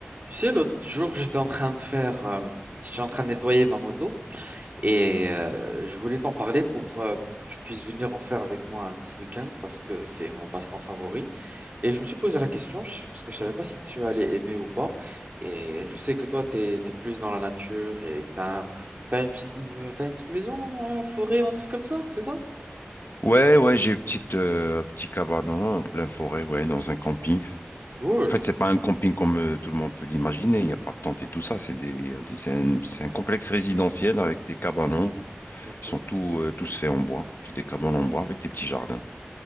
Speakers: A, on the right; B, on the left.
A: Tu sais, l'autre jour, j'étais en train de faire, euh, j'étais en train de nettoyer ma moto et euh, je voulais t'en parler pour, euh, pour que tu puisses venir en faire avec moi un de ce week-end parce que c'est mon passe-temps favori. Et je me suis posé la question je sais- parce que je savais pas si tu allais aimer ou pas. Et je sais que toi, tu es, plus dans la nature et que tu as, une petite, euh, t'as une petite maison dans la forêt, un truc comme ça, c'est ça?
B: Ouais, ouais, j'ai une petite, euh, un petit cabanon en pleine forêt, ouais, dans un camping.
A: Cool.
B: En fait, c'est pas un camping comme euh, tout le monde peut l'imaginer. Il n'y a pas de tente et tout ça. C'est des, des- c'est un, c'est un complexe résidentiel avec des cabanons.
A: Ok,
B: Ils sont tous, euh, tous faits en bois. C'est des cabanons en bois avec des petits jardins.